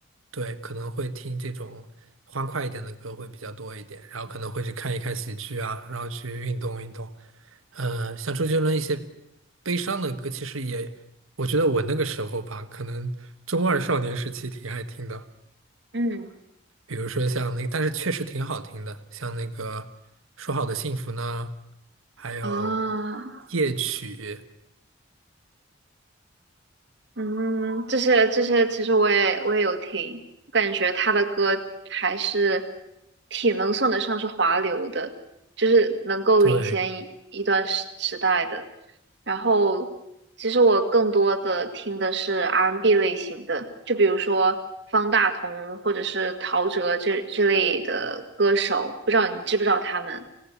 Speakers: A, on the right; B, on the right.
A: 对，可能会听这种欢快一点的歌会比较多一点，然后可能会去看一看喜剧啊，然后去运动运动。呃，像周杰伦一些悲伤的歌，其实也，我觉得我那个时候吧，可能中二少年时期挺爱听的，
B: 嗯
A: 比如说像那，但是确实挺好听的，像那个《说好的幸福》呢，还有
B: 啊。
A: 夜曲，
B: 嗯，这些这些其实我也我也有听，我感觉他的歌还是挺能算得上是华流的，就是能够领先一一段时时代的。
A: 对。
B: 然后，其实我更多的听的是 R&B 类型的，就比如说方大同或者是陶喆这这类的歌手，不知道你知不知道他们？